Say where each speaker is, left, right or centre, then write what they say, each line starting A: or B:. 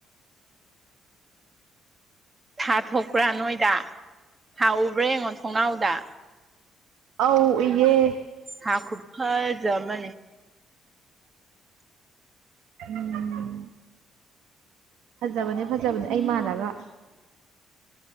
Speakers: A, on the right (about 30°); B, on the right (about 80°).
A: ꯊꯥ ꯊꯣꯛꯄ꯭ꯔꯥ ꯅꯣꯏꯗ ꯊꯥ ꯎꯕ꯭ꯔꯥ ꯌꯦꯡꯉꯣ ꯊꯣꯡꯅꯥꯎꯗ
B: ꯑꯥꯎ ꯏꯦ
A: ꯍꯥꯥ ꯈꯨꯖꯝꯅꯤ
B: ꯎꯝ ꯐꯖꯕꯅꯦ ꯐꯖꯕꯅꯦ ꯑꯩ ꯃꯥꯜꯂꯒ